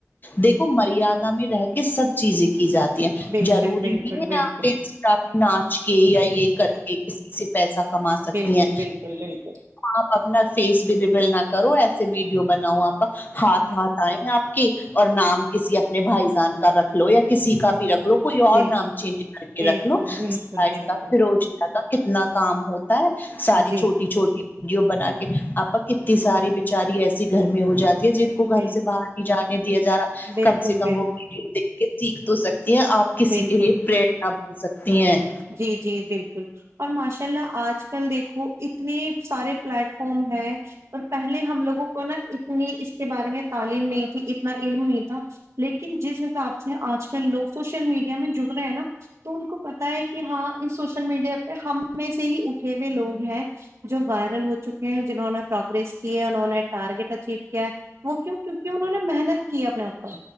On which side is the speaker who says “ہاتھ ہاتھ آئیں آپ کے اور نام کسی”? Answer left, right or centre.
Left